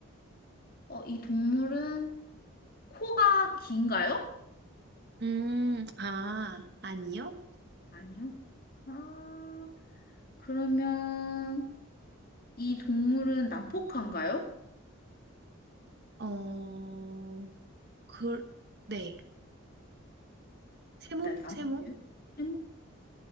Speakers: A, on the left; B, on the right.
A: 어, 이 동물은 코가 긴가요?
B: 음, 아, 아니요?
A: 아니요. 아, 그러면 이 동물은 난폭한가요?
B: 어, 그, 네. 세모?
A: 네, 난폭해요?
B: 세모?
A: 해모-